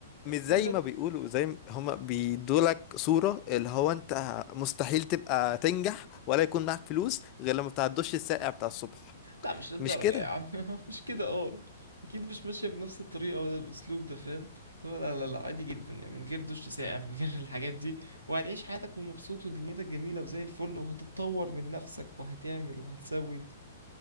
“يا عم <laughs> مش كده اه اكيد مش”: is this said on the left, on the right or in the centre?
Right